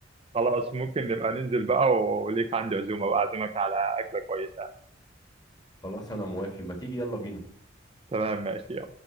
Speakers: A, on the right; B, on the left.
A: خلاص ممكن نبقى ننزل بقى وليك عندي عزومه واعزمك على اكله كويسه
B: خلاص انا موافق ما تيجي يلا بينا
A: تمام ماشي